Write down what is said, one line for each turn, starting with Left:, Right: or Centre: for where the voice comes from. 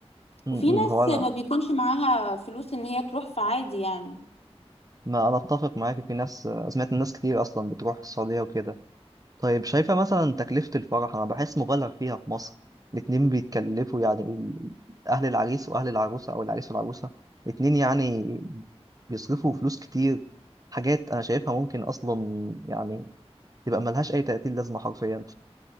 Right: م-
Left: وفي ناس
Right: م. هو انا
Left: ما بيكونش معاها فلوس ان هي تروح فعادي يعني
Right: ما انا اتفق معاك في ناس سمعت الناس كتير اصلا بتروح السعوديه وكده طيب شايفه مثلا تكلفه الفرح انا بحس مبالغ فيها في مصر الاتنين بيتكلفوا يعني ال- اهل العريس واهل العروسه او العريس والعروسه الاتنين يعني بيصرفوا فلوس كتير حاجات انا شايفها ممكن اصلا يعني تبقى ملهاش اي تأتين لازمه حرفيا